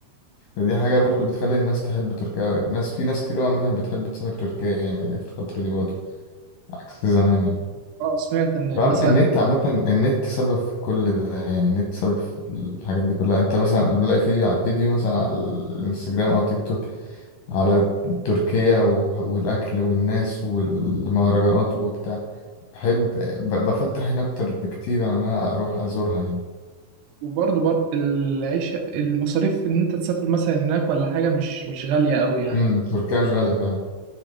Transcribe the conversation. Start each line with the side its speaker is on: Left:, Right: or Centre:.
Left: فدي حاجه برضو بتخلي الناس تحب تركيا الناس في ناس كتير قوي مثلا بتحب تسافر تركيا يعني في الفتره دي برضو عكس زمان يعني
Right: اه سمعت ان
Left: نعم
Right: مثلا
Left: النت عامة النت سبب في كل ده يعني النت سبب في الحاجات دي كلها انت مثلا بتلاقي فيديو على فيديو مثلا على الانستجرام او تيك توك على تركيا و- والاكل والناس والمهرجانات وبتاع بحب ب- بفتح هنا اكتر بكتير عن ان انا اروح ازورها يعني
Right: وبرضه بر... العيش المصاريف ان انت تسافر مثلا هناك ولا حاجه مش مش غاليه قوي يعني
Left: امم تركيا مش غالية فعلا